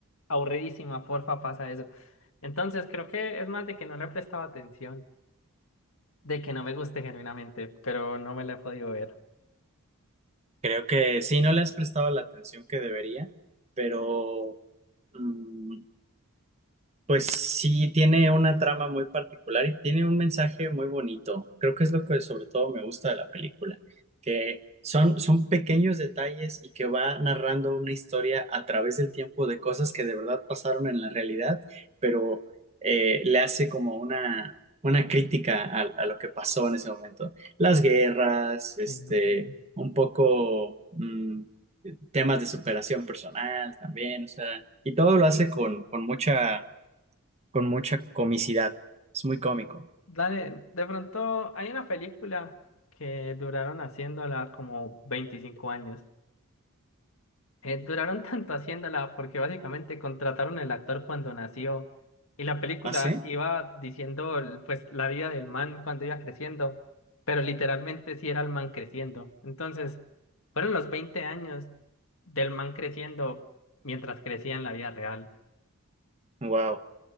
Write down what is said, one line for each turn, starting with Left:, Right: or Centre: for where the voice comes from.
Left: aburridísima, porfa, pasa eso. Entonces, creo que es más de que no le he prestado atención. de que no me guste genuinamente, pero no me la he podido ver.
Right: creo que sí, no le has prestado la atención que debería, pero mm, Pues sí, tiene una trama muy particular y tiene un mensaje muy bonito. Creo que es lo que sobre todo me gusta de la película, que son, son pequeños detalles y que va narrando una historia a través del tiempo de cosas que de verdad pasaron en la realidad, pero eh, le hace como una, una crítica a, a lo que pasó en ese momento. Las guerras, este,
Left: Sí, ok.
Right: un poco mm, temas de superación personal también, o sea, y todo lo hace con, con mucha con mucha comicidad. Es muy cómico.
Left: Dale, de pronto hay una película que duraron haciéndola como 25 años. Eh, duraron tanto haciéndola porque básicamente contrataron el actor cuando nació y la película
Right: ¿Ah, sí?
Left: iba diciendo el- pues la vida del man cuando iba creciendo, pero literalmente sí era el man creciendo. Entonces, fueron los 20 años del man creciendo mientras crecía en la vida real.
Right: Wow,